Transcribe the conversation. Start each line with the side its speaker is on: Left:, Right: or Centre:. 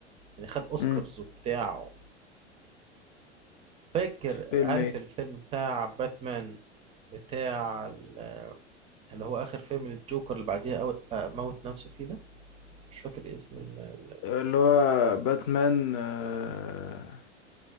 Right: يعني خد اوسكارز
Left: امم
Right: وبتاع فاكر
Left: فيلم
Right: عارف
Left: ايه
Right: الفيلم بتاع باتمان بتاع ال- اللي هو اخر فيلم الجوكر اللي بعديها أو آه، موت نفسه فيه ده مش فاكر اسم ال- ال-
Left: اللي هو باتمان آه...